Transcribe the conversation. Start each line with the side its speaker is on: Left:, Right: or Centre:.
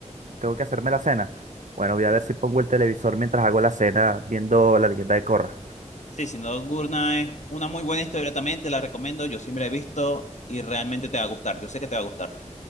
Right: tengo que hacerme la cena. Bueno, voy a ver si pongo el televisor mientras hago la cena viendo la leyenda de Corra.
Left: Sí, Sin Duda Nocturna es una muy buena historia también, te la recomiendo, yo siempre la he visto y realmente te va a gustar, yo sé que te va a gustar.